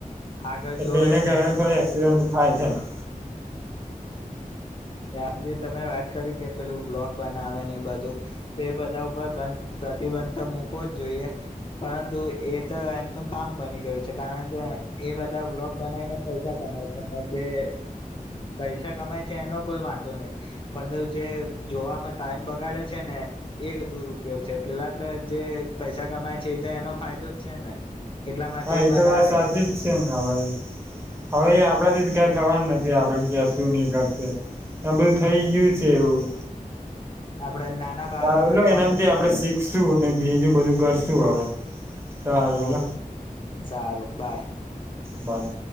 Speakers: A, on the left; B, on the right.
A: આગળ
B: એટલે
A: જોવે
B: એના
A: જ
B: કારણે
A: નહી
B: થોડા એક્સિડેન્ટ થાય છે. <inaudible>
A: આમ જે તમે વાત કરી કે પેલું બ્લોક બનાવે ને એ બધું તો એ બધા ઉપર બંધ પ્રતિબંધ તો મૂકોવો જ જોઈએ પરંતુ એ તો એમનું કામ બની ગયું છે કારણ કે એ બધા બ્લોગ બનાવીને પૈસા કમાય છે જે પૈસા કમાય છે એનો કોઈ વાંધો નહી પણ જે જોવા ટાઈમ બગાડે છે ને એ દુરપયોગ છે પેલા તો જે પૈસા કમાય છે એ તો એનો ફાયદો જ છે ને એટલા માટે
B: હા એ
A: બનાવે
B: તો વાત સાચી જ છે ને હવે હવે એ આપણે દ થવાનું નથી આપણે ક્યાં શું નહિ કરશે. આમ બધું થઈ ગયું છે એવું
A: આપડે નાના બાળકને
B: ચાલો
A: ફોન
B: એનાથી આપણે શીખશું બીજું બધું કર શું અવે સારું
A: ઓકે
B: લ
A: સારું બાય
B: બાય